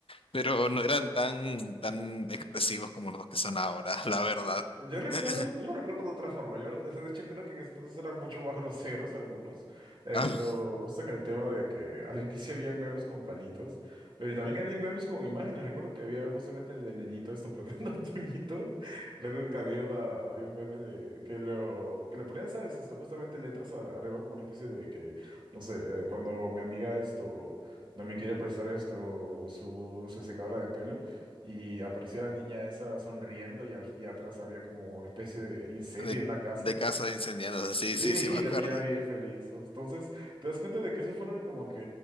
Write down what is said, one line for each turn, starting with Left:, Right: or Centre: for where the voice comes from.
Left: pero no eran tan, tan expresivos como los que son ahora, la verdad.
Right: Yo
Left: <laughs>
Right: recuerdo, yo lo recuerdo de otra forma. Yo, <laughs> de hecho, creo que en ese entonces eran mucho más groseros algunos. Esto,
Left: Ah,
Right: justo en el tema de que al inicio habían memes con palitos, pero y también habían memes con imágenes. Recuerdo que había justamente el del niñito esto <laughs> apretando el puñito. Luego que había, una, había un meme de que lo que le ponían, ¿sabes? Esto, justamente letras ar- arriba como una especie de que, no sé, eh, cuando mi amiga esto no me quiere prestar esto, su, no sé, secadora de pelo y apareció la niña esa sonriendo y, al- y atrás había como una especie de incendio
Left: de,
Right: en una casa
Left: de casa de incendiados, sí,
Right: Sí,
Left: sí, sí, me acuerdo.
Right: <laughs> la niña bien feliz. Pues, Entonces, te das cuenta de que esos fueron como que